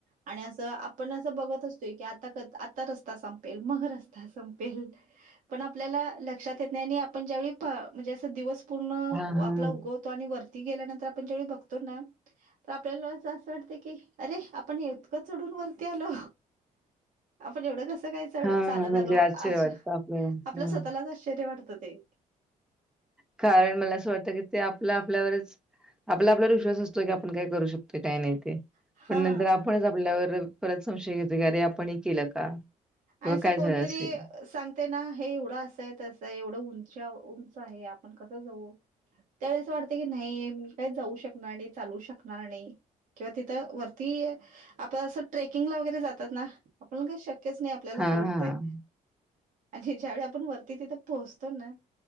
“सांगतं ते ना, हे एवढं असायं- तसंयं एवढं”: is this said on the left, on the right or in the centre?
Right